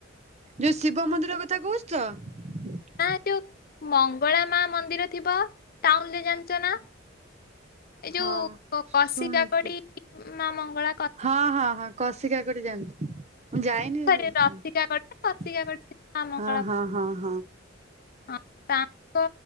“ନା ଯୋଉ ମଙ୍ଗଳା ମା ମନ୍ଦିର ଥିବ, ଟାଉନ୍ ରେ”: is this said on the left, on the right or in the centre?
Left